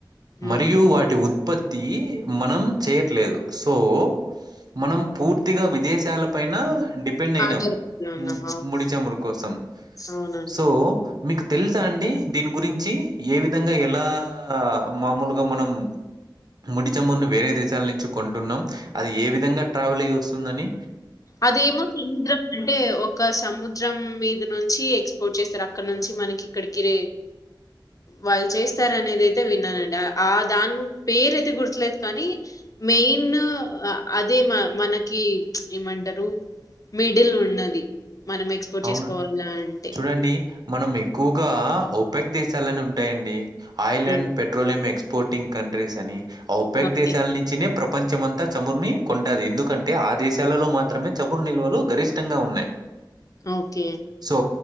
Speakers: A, on the right (about 50°); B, on the left (about 45°).
A: మరియు
B: ఉమ్
A: వాటి వుత్ ఉత్పత్తి మనం చేయట్లేదు సో మనం పూర్తి ర్తిగా విదేశాల పైన టి డిపెండ్ అయినాం
B: ఆధారపడి ఉన్నాం
A: ము
B: అవును
A: ముడిచమురి కోసం
B: అవునండి
A: సో మీకు తెలుసా అండి దీనికి గురించి ఏ విధంగా ఎలా మామూలుగా మనం ముడిచమురుని వేరే దేశాల నుంచి కొంటున్నాం అది ఏ విధంగా ట్రావెల్ అయి వస్ తుందని
B: అదేమో సముద్రం అంటే ఒక సముద్రం మీద నుంచి ఎక్స్పోర్ట్ చేస్తారు అక్కడ నుంచి మనకి ఇక్కడికిర వాళ్ళు చేస్తార అనేది అయితే విన్నానండి ఆ దాని పేరు అయితే గుర్తులేదు కానీ మెయిన్ అదే మ మనకి ఏమంటారు మిడిల్ ఉన్నది మనం ఎక్స్పోర్ట్
A: అవును.
B: చేసుకోవాల అంటే
A: చూడండి మనం ఎక్కువగా ఓపెక్ దేశాలని ఉంటాయండి Ireland
B: ఉమ్,
A: petroleum exporting countries అని ఓ పేగ్
B: ఓకే
A: దేశాల నుంచినే ప్రపంచమంతా చమురుని కొంటాది ఎందుకంటే ఆ దేశాలలో మాత్రమే చమురు నిల్వలు గరిష్టంగా ఉన్నాయి
B: ఓకే
A: సో,